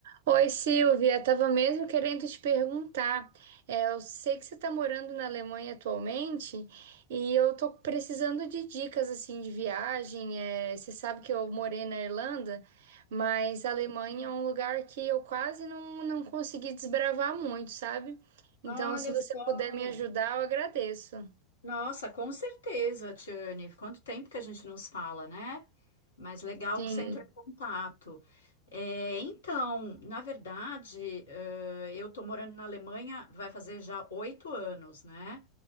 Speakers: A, on the right (about 55°); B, on the left (about 65°).
A: Oi, Silvia, estava mesmo querendo te perguntar. É, eu sei que você está morando na Alemanha atualmente e eu tô precisando de dicas assim de viagem. É, você sabe que eu morei na Irlanda, mas a Alemanha é um lugar que eu quase não, não consegui desbravar muito, sabe? Então,
B: Olha
A: se você
B: só.
A: puder me ajudar, eu agradeço.
B: Nossa, com certeza, Tiane. Quanto tempo que a gente nos fala, né? Mas legal
A: Sim.
B: que você entrou em contato. É, então, na verdade, eh, eu tô morando na Alemanha, vai fazer já oito anos, né?